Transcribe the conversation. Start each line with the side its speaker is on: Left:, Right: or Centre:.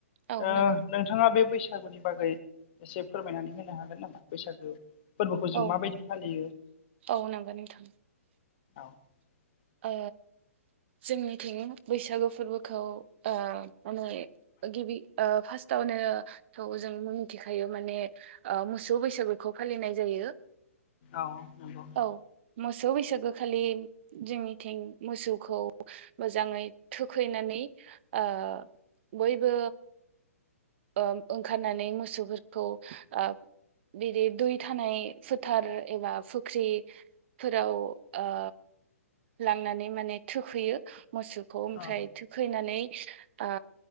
Right: औ
Left: ओ
Right: नंगौ
Left: नोंथाङा बे बैसागुनि बागै एसे फोरमायनानै होनो हागोन नामा बैसागो फोर्बोखौ जों
Right: औ
Left: माबायदि फालियो?
Right: औ नंगौ नोंथां।
Left: <unintelligible>
Right: ओ जोंनिथिं बैसागु फोर्बोखौ ओ माने गिबि ओ फासथावनो थ' जों मिथिखायो माने ओ मोसौ बैसागुखौ फालिनाय जायो।
Left: औ नंगौ।
Right: औ मोसौ बैसागो खालि जोंनिथिं मोसौखौ मोजाङै थुखैनानै ओ बयबो ओ ओंखारनानै मोसौफोरखौ ओ बिदि दै थानाय फोथार एबा फुख्रि। फोराव ओ लांनानै माने थुखैयो मोसो खौ ओमफ्राय
Left: औ
Right: थुखैनानै ओ